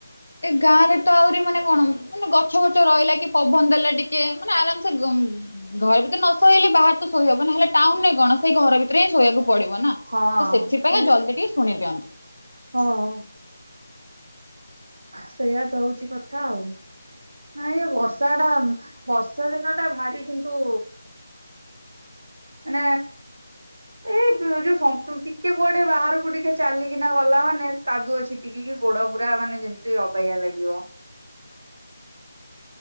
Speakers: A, on the left; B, on the right.
A: ଏ ଗାଁରେ ତ ଆହୁରି ମାନେ କଣ ମାନେ ଗଛ ଫଛ ରହିଲା କି ପବନ ଦେଲା ଟିକେ ମାନେ ଆରାମସେ ଗ ଉଁ ଉଁ ଘରେ ଭିତେରେ ନ ଶୋଇଲେ ବାହାରେ ତ ଶୋଇ ହବ ନହେଲେ ଟାଉନରେ କଣ ସେଇ ଘର ଭି ତେରେ ଶୋଇବାକୁ ପଡିବ ନା
B: ହଁ
A: ତ ସେଥିପାଇଁକା
B: ସେଇଟା
A: ଜଲ୍ଦି ଟିକେ ଶୁଣି ଦିଅନ୍ତି।
B: ହଁ ହଁ। ସେଇଆ ତ ହଉଚି କଥା ଆଉ ହୁଁ। ନାଇଁ ଏ ବର୍ଷା ଟା ବର୍ଷା ଦିନ ଟା ଭାରି କିନ୍ତୁ ମାନେ ଏଇ ଯୋଉ ସନ୍ତୁ ଟିକେ କୁଆଡେ ବାହାରକୁ ଟିକେ ଚାଲିକିନା ଗଲା ମାନେ କାଦୁଅ ଛିଟିକି କି ଗୋଡ ପୁରା ମାନେ ଯେମିତି ଅବାଗିଆ ଲାଗିବ।